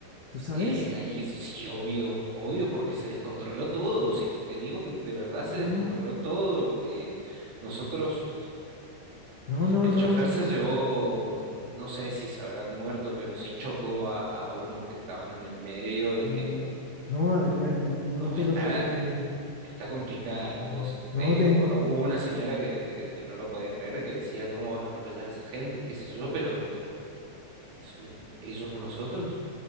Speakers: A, on the left; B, on the right.
A: ¿Tú sabes?
B: Eh, y sí, obvio, obvio, porque se descontroló todo. Si te, te digo que de verdad se
A: No,
B: descontroló todo. eh, nosotros
A: no, no,
B: El
A: no,
B: chofer
A: no,
B: se
A: no,
B: llevó, no sé si se habrán muerto, pero sí chocó a, a unos que estaban en el medio y
A: no,
B: que
A: no, Adrián, no, no,
B: no,
A: no te
B: está,
A: lo puedo creer.
B: está complicada la
A: No,
B: cosa.
A: no
B: Eh,
A: te,
B: hubo una señora que, que- que no lo podía creer, que decía, ¿cómo vas a atropellar a esa gente? Y qué sé yo, pero son ellos o nosotros.